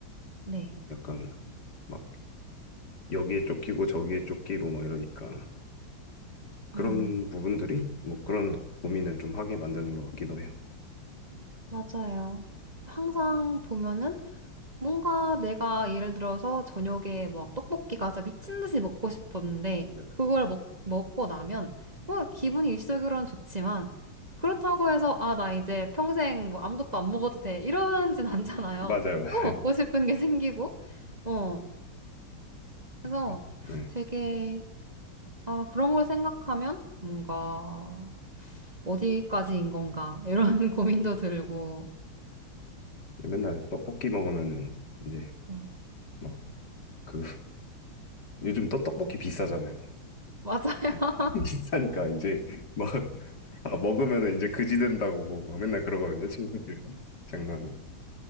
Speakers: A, on the right (about 20°); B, on the left (about 50°).
A: 네.
B: 약간 막 여기에 쫓기고 저기에 쫓기고 막 이러니까 그런
A: 음,
B: 부분들이 뭐 그런 고민을 좀 하게 만드는 것 같기도 해요.
A: 맞아요. 항상 보면은 뭔가 내가 예를 들어서 저녁에 막 떡볶이가 진짜 미친 듯이 먹고 싶었는데
B: 네.
A: 그걸 먹, 먹고 나면 뭐 기분이 일시적으로는 좋지만 그렇다고 해서 아, 나 이제 평생 뭐 아무것도 안 먹어도 돼 이러진 <laughs> 않잖아요.
B: 맞아요, 맞아요.
A: 또 먹고 싶은 게 생기고 어 그래서
B: <laughs> 네.
A: 되게 아 그런 걸 생각하면 뭔가 어디까지인 건가 이런 <laughs> 고민도 들고
B: 맨날 떡볶이 먹으면은 이제
A: 네
B: 막 그 <laughs> 요즘 또 떡볶이 비싸잖아요.
A: 맞아요.
B: <laughs>
A: <laughs>
B: 비싸니까 이제 막 아, 먹으면은 이제 그지 된다고 뭐 막 맨날 그러거든요, 친구들이랑. 장난은.